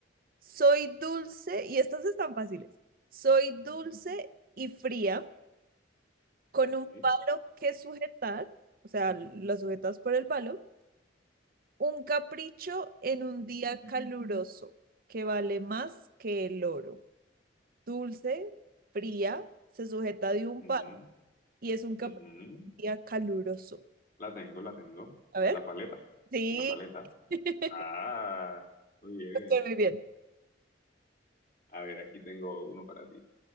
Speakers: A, on the right; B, on the left.
A: Soy dulce, y estas están fáciles. Soy dulce y fría. con
B: Ujú,
A: un palo que sujetar, o sea, lo sujetas por el palo, un capricho en un día caluroso que vale más que el oro. Dulce, fría, se sujeta de un
B: ujú,
A: palo y es un capricho
B: ujú.
A: en un día caluroso.
B: La tengo, la tengo.
A: A
B: Es
A: ver,
B: la paleta.
A: sí,
B: Una paleta.
A: <laughs>
B: Ah, muy bien.
A: estoy muy bien.
B: A ver, aquí tengo uno para ti.